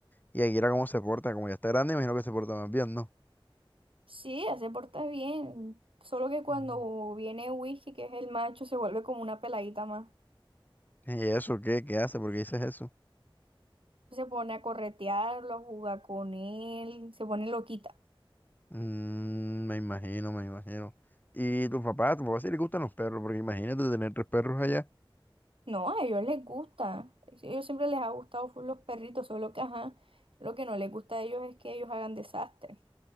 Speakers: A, on the left; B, on the right.
A: Y Akira, ¿cómo se porta? Como ya está grande, imagino que se porta más bien, ¿no?
B: Sí, ella se porta bien. Solo que cuando
A: Mm.
B: viene Whisky, que es el macho, se vuelve como una peladita más.
A: ¿Y eso qué? ¿Qué hace? ¿Por qué dices eso?
B: Se pone a corretearlo, a jugar con él, se pone loquita.
A: Mm, me imagino, me imagino. ¿Y tu papá? ¿Tu papá sí le gustan los perros? Porque imagínate tener tres perros allá.
B: No, a ellos les gusta. A ellos siempre les ha gustado full los perritos, solo que ajá, lo que no les gusta a ellos es que ellos hagan desastre.